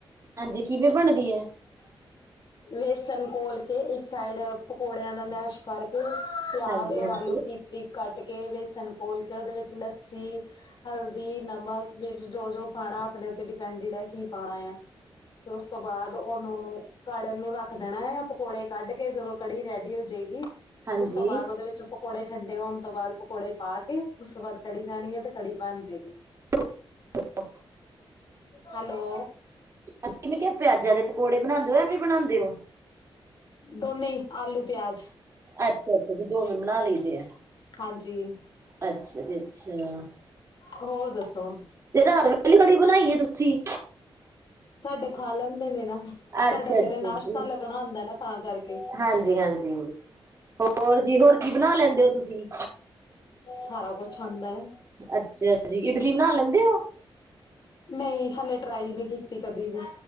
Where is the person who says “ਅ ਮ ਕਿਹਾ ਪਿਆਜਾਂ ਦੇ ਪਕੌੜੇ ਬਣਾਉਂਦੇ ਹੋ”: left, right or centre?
Right